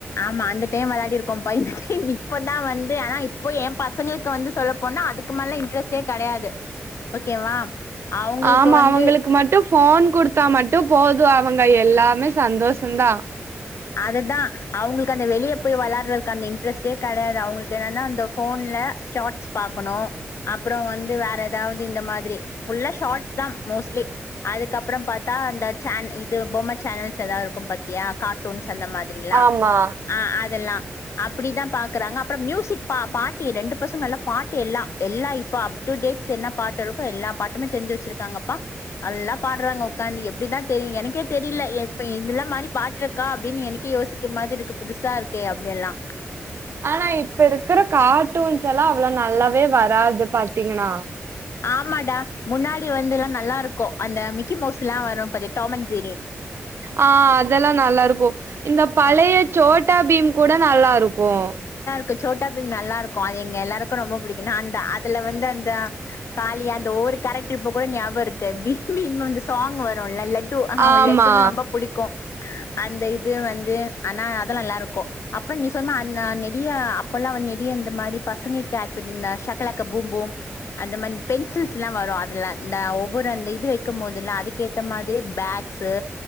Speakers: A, on the left; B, on the right.
A: ஆமா அந்த டைம் விளையாடி இருக்கோம் பை இன் இப்பதா வந்து ஆனா இப்போ என் பசங்களுக்கு வந்து சொல்லப்போனா அது க்கு மேல இன்ட்ரெஸ்ட்டே கெடையாது ஓகேவா அவங்களுக்கு
B: ஆமா
A: வந்து
B: அவங்களுக்கு மட்டு ஃபோன் குடுத்தா மட்டும் போது அவங்க எல்லாமே சந்தோஷம்தா
A: அது தா அவுங்களுக்கு அந்த வெளிய போய் வெளாட்றதுக்கு அந்த இன்ட்ரெஸ்டே கெடையாது அவங்களுக்கு என்னனா அந்த ஃபோன்ல ஷார்ட்ஸ் பாக்கனு அப்புறோ வந்து வேற ஏதாவது இந்த மாதிரி ஃபுல்லா ஷார்ட்ஸ் தா மோஸ்ட்லி அதுக்கப்றோ பாத்தா அந்த சேன் இது பொம்ம சேனல்ஸ் எதாது இருக்கும் பாத்தியா காட் டூன்ஸ் அந்த மாதிரிலா
B: ஆமா.
A: ஆ அதெல்லா அப்டிதா பாக்குறாங்க அப்றோ மியூசிக் பா பாட்டி ரெண்டு பசங்க நல்லா பாட்டு எல்லா எல்லாய் இப்ப அப் டு டேட்ஸ் என்ன பாட்டு இருக்கோ எல்லா பாட்டுமே தெரிஞ்சி வச்சிருக்காங்கப்பா நல்லா பாடுறாங்க உக்காந்து எப்டிதா தெரியு எனக்கே தெரில எப்ப இல்லா மாறி பாட்டு கா அப்டின்னு எனக்கே யோசிக்க மாதிருக்கு புதுசா இருக்கே அப்டியெல்லா
B: ஆனா இப்ப இருக்கிற கார்ட்டூன்ஸ் எல்லா அவ்ளோ நல்லாவே வராது பாத்தீங்கன்னா
A: ஆமாடா முன்னாடி வந்துல்லா நல்லா இருக்கு அந்த மிக்கி மவுஸுல்லா வரு பாத்யா டாம் அண்ட் ஜெர்ரீ
B: ஆ அதெல்லா நல்லா இருக்கு இந்த பழைய சோட்டா பீம் கூட நல்லா இருக்கும்
A: கு சோட்டா பீம் நல்லா இருக்கு அது எங்க எல்லாருக்கு ரொம்ப பிடிக்கு நாந்த அதுல வந்து அந்த காலியா அந்த ஒவ்வொரு கேரக்ட்ரு இப்ப கூட ஞாபகருக்கு பீம் பீம் அந்த சாங் வருல்ல லட்டு ஹ அவன்
B: ஆமா
A: லட்டுன்னா ரொம்ப புடிக்கும் அந்த இது வந்து ஆனா அது நல்லா இருக்கு அப்றோ நீ சொன்னமா அந் நெடியா அப்பல்லா வந் நெடியா இந்த மாரி பசங்களுக்கு ஆக்டிவிட் இந்த ஷக்கலக்க பூம்பூம் அந்த மந்த் பென்சில்ஸ்லா வரூ அதுல இந்த ஒவ்வொரு அந்த இது வைக்கும் போதுல்லா அதுக்கேத் இந்த மாதிரி பேட்ஸூ